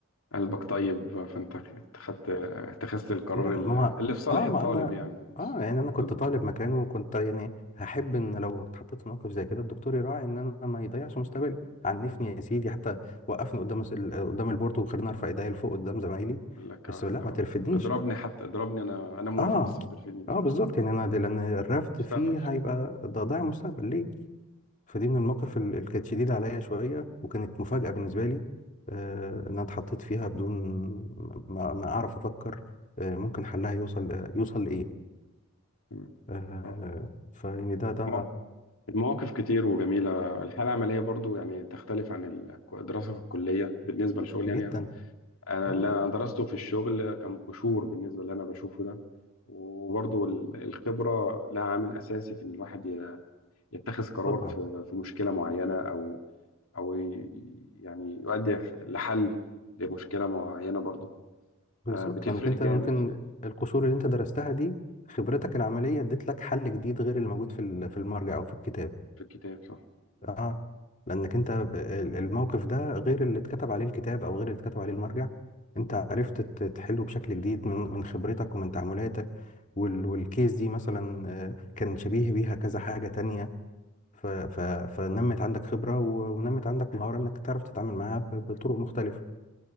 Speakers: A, on the left; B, on the left.
A: قلبك طيب فانت اتخذت اتخذت القرار
B: لا ما
A: ال- اللي
B: ما-
A: في صالح
B: اه
A: الطالب
B: ما انا
A: يعني مش
B: اه يعني انا كنت
A: ضده
B: طالب مكانه وكنت يعني هحب ان لو اتحطيت في موقف زي كده الدكتور يراعي ان انا ما يضيعش مستقبلي عنفني
A: مم.
B: يا سيدي حتى وقفني قدام الس- قدام البورتو وخليني ارفع ايديا لفوق قدام زمايلي
A: يقول لك
B: بس
A: آه،
B: لا
A: لو
B: ما ترفدنيش
A: اضربني حتى اضربني انا انا موافق
B: اه
A: بس ما ترفدنيش
B: اه بالظبط يعني انا دي لان الرفض
A: مستقبل
B: فيه هيبقى ده ضياع مستقبل ليه فدي من المواقف ال- اللي كانت شديده عليا شويه وكانت مفاجاه بالنسبه لي آه ان انا اتحطيت فيها بدون ما, ما اعرف
A: مم.
B: افكر آه ممكن حلها يوصل آه يوصل لايه
A: تمام
B: آه
A: آه.
B: فيعني ده ده
A: الم- المواقف كتير وجميلة الحالة العملية برضو يعني تختلف عن الك- الدراسة في الكلية بالنسبة للشغل
B: جدا
A: يعني انا
B: اه
A: اللي انا درسته في الشغل كان قشور بالنسبه اللي انا بشوفه ده وبرضو ال- الخبره لها عامل اساسي في ان الواحد ي- يتخذ قرار
B: طبعا
A: في في مشكله معينه او او ي- يعني يؤدي ف- لحل لمشكله معينه برضو
B: بالظبط
A: فبتفرق
B: لانك انت
A: جامد
B: ممكن القشور اللي انت درستها دي خبرتك العمليه اديت لك حل جديد غير اللي موجود في ال- في المرجع او في الكتاب
A: في الكتاب صح
B: اه لانك انت ب- ال- الموقف ده غير اللي اتكتب عليه الكتاب او غير اللي اتكتب عليه المرجع انت عرفت ت- تحله بشكل جديد من من خبرتك ومن تعاملاتك وال- والكيس دي مثلا آه، كان شبيه بيها كذا حاجة تانية ف- ف- فنمت عندك خبرة و- ونمت عندك مهارة انك تعرف تتعامل معاها ب- بطرق مختلفة